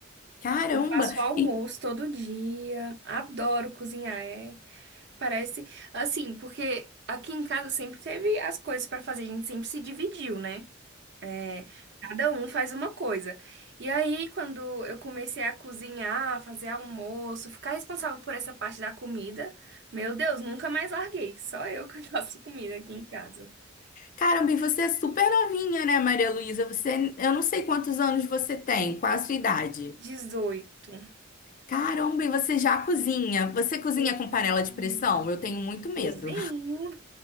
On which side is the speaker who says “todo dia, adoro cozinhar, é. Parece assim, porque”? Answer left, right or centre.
Right